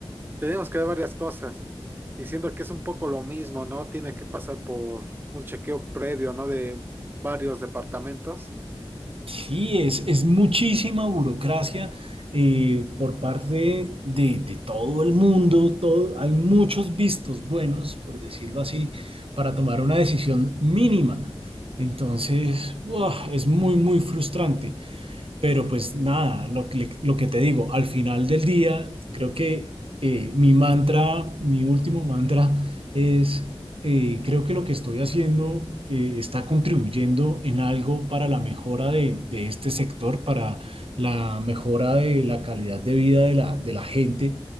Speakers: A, on the right; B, on the right.
A: tenemos que ver varias cosas. Y siento que es un poco lo mismo, ¿no? Tiene que pasar por un chequeo previo, ¿no? De varios departamentos.
B: Sí, es, es muchísima burocracia eh, por parte de, de todo el mundo, todo, hay muchos vistos buenos, por decirlo así, para tomar una decisión mínima. Entonces, ¡buah! es muy, muy frustrante. Pero pues nada, lo que, lo que te digo, al final del día, creo que eh, mi mantra, mi último mantra es, eh, creo que lo que estoy haciendo eh, está contribuyendo en algo para la mejora de, de este sector, para la mejora de la calidad de vida de la, de la gente,